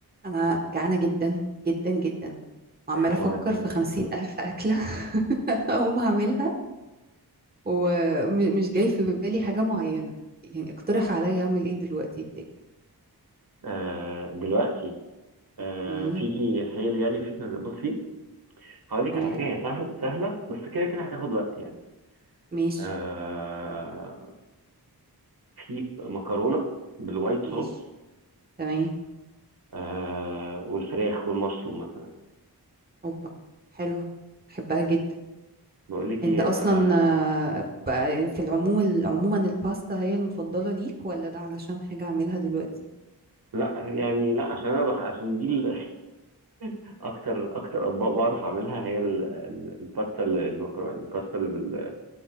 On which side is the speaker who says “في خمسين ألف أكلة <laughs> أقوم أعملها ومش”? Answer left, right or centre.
Right